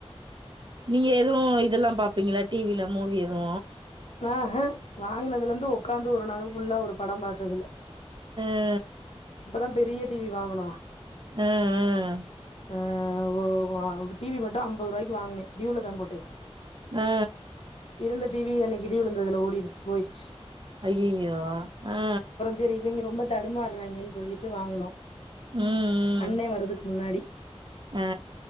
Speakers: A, on the right (about 45°); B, on the left (about 70°).
A: நீங்க எதூ இதல்லா பாப்பீங்களா டி வில மூவி எதூ
B: ஆஹ வாங்குனதுல இருந்து உக்காந்து ஒரு நாளு ஃபுல்லா ஒரு படம் பாத்ததில்ல
A: ஆ
B: இப்பதா பெரிய டிவி வாங்குனோ
A: ஆ ஆ
B: ஆ ஒ வ டி வி மட்டு ஐம்பது ரூவாய்க்கு வாங்னே டியூல தா போட்டே
A: ஆ
B: இருந்த டி வி அன்னைக்கி இடி வுலுந்ததுல ஓடிருச்சு போய்ருச்சு
A: அய்யயோ ஆ
B: சரி இவய்ங்க ரொம்ப தடுமாற்றாய்கன் சொல்லிட்டு வாங்குனோ
A: ம் ம்
B: அண்ணே வர்றதுக்கு முன்னாடி
A: ஆ